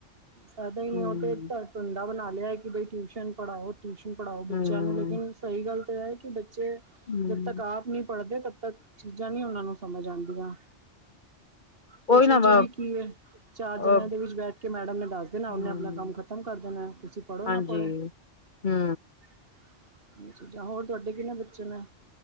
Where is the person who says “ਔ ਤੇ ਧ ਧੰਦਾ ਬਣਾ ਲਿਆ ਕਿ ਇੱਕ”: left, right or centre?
Right